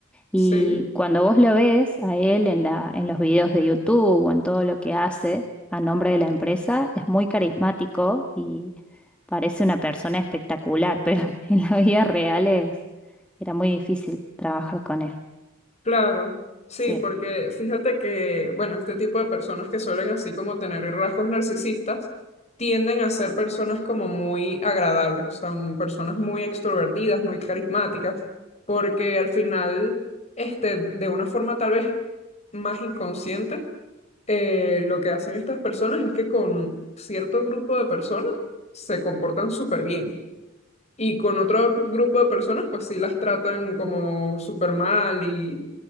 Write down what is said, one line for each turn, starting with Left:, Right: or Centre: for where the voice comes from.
Centre: Y
Left: sí,
Centre: cuando vos lo ves a él en la, en los videos de YouTube o en todo lo que hace a nombre de la empresa, es muy carismático y parece una persona espectacular, pero <laughs> en la vida real es, era muy difícil trabajar con él.
Left: claro. Sí,
Centre: Sí.
Left: porque fíjate que, bueno, este tipo de personas que suelen así como tener rasgos narcisistas tienden a ser personas como muy agradables, o sea, m- personas muy extrovertidas, muy carismáticas, porque al final, este, de una forma tal vez más inconsciente, eh, lo que hacen estas personas es que con cierto grupo de personas se comportan súper bien. Y con otro grupo de personas, pues sí las tratan como súper mal y,